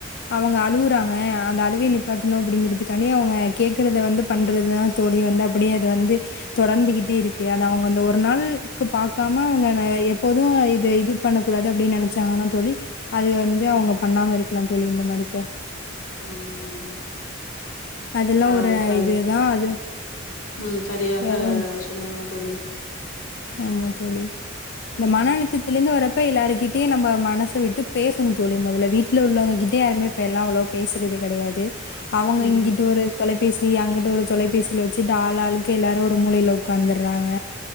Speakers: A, on the left; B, on the left.
A: அவங்க அழுவுறாங்க அந்த அழுவை நிப் பட்டணும் அப்டிங்கறது காண்டி அவங்க கேக்கறத வந்து பண்றது தா தோழி வந்து அப்டி அது வந்து தொடர்ந்துகிட்டே இருக்கு அத அவங்க வந்த ஒரு நாள்கு பக்காம அவங்க எப்போதும் இது இது பண்ணக்கூடாது அப்டின்னு நெனச்சாங்கன்னா தோழி அது வந்து அவங்க பண்ணாம இருக் கிலாம் தோழி இந்த மாரிக்க
B: ம் ம் ம்
A: அதெல்லா
B: ஆ
A: ஒரு
B: சரி
A: இதுதா அது
B: ம் சரியாக
A: யாரும்
B: சொன்னீங்க தோழி
A: ஆமா
B: ம்
A: தோழி இந்த
B: ம்
A: மன அழுத்தத்தலந்து வரப்ப எல்லாருக்கிட்டயு நம்ம மன சு விட்டு பேசணும் தோழி மொதல வீட்ல உள்ளவங்க கிட்டே யாருமே இப்ப எல்லா அவ்ளோ பேசுறது கடையாது அவங்க
B: ம்
A: இங்கிட்டு ஒரு தொலைபேசி அங்கட்டு ஒரு தொலைபேசில வச்சுட்டு ஆள் ஆளுக்கு எல்லாரு ஒரு மூலைல உக்காந்துறாங்க